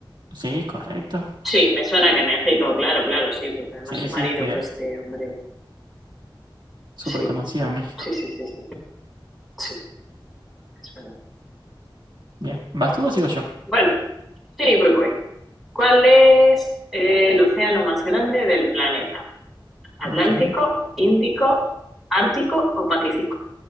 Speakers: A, on the right; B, in the centre.
A: Sí, correcto.
B: Sí, me suena que México, claro, claro, sí, porque además
A: Sí,
B: su
A: sí,
B: marido
A: Frida,
B: fue este hombre.
A: súper
B: Sí,
A: conocida en México.
B: sí, sí, sí, sí, sí, es verdad.
A: Bien, ¿vas tú o sigo yo?
B: Bueno, sí, voy, voy. ¿Cuál es eh, el océano más grande del planeta? ¿Atlántico,
A: Ok.
B: Índico, Ártico o Pacífico?